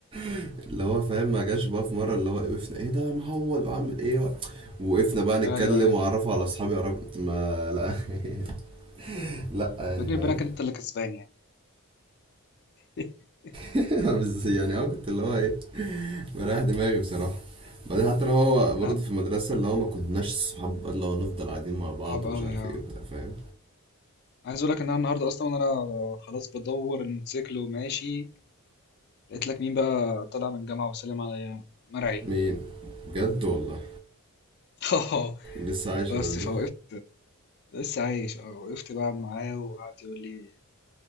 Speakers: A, on the right; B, on the left.
A: <laughs> اللي هو فاهم ما جاش بقى في مره اللي هو وقفنا ايه ده يا معوض وعامل ايه وقفنا بقى نتكلم
B: ايوه ايوه
A: واعرفه على اصحابي عرف... ما لا <laughs> لا يعني
B: بيني
A: فاهم
B: وبينك انت اللي كسبان يعني <laughs>
A: <laughs> بس يعني اه كنت اللي هو ايه مريح دماغي بصراحة بعدين حتى لو هو برضه
B: انا
A: في المدرسة اللي هو ما كناش صحاب بقى اللي هو نفضل قاعدين مع بعض
B: صعب
A: ومش
B: قوي
A: عارف
B: اه
A: ايه وبتاع فاهم
B: عايز اقول لك ان انا النهارده اصلا وانا خلاص بدور الموتوسيكل وماشي لقيت لك مين بقى طالع من الجامعة وسلم عليا مرعي
A: مين بجد والله
B: <laughs> آه،
A: لسه عايش
B: بس
A: الواد ده
B: فوقفت لسه عايش اه وقفت بقى معاه وقعد يقول لي